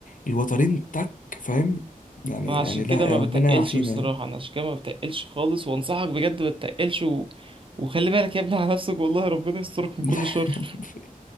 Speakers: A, on the left (about 65°); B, on the right (about 35°).
A: الوترين تك فاهم يعني
B: انا
A: يعني
B: عشان كده
A: لا
B: ما
A: يا ربنا
B: بتقلش
A: يعافينا
B: بصراحة انا عشان كده ما بتقلش خالص وانصحك بجد ما تتقلش و... وخلي بالك يا ابني على نفسك والله ربنا يسترك
A: <laughs>
B: من كل شر <laughs>